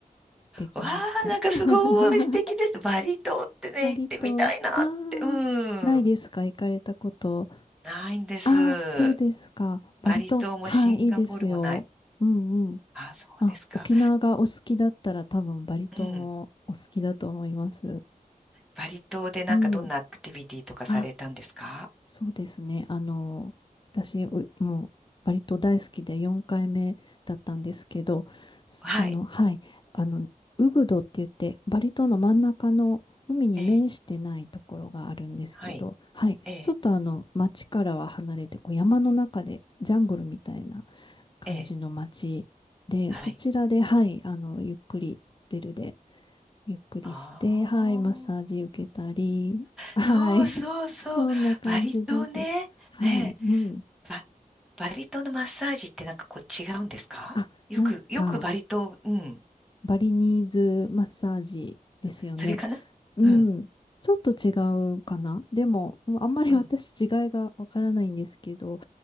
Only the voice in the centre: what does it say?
わあ、なんかすごい素敵です。
バリ島ってね、
行ってみたいなって。
う
ん。
ないんです。
バリ島もシンガポールもない。
あそうですか。
うん。バリ島でなんかどんなアクティビティとかされたんですか
はい。
ええ。はい。
ええ。
ええ。はい。
あ
あ。
そうそうそう。
バリ島ね。
ええ。
バ、バリ島のマッサージってなんかこう違うんですかよく、
よくバリ島、うん。
それかなうん
うん。